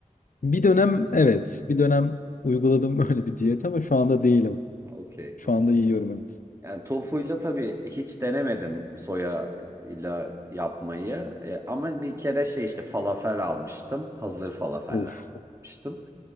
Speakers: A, on the left (about 75°); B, on the right (about 20°).
A: Bir dönem evet, bir dönem uyguladım <laughs> öyle bir diyet ama şu anda değilim.
B: Okey,
A: Şu
B: okey.
A: anda yiyorum evet.
B: Yani tofuyla tabii hiç denemedim soya e, ile yapmayı. E, ama bir kere şey işte falafel almıştım. Hazır falafeller
A: Uf,
B: almıştım.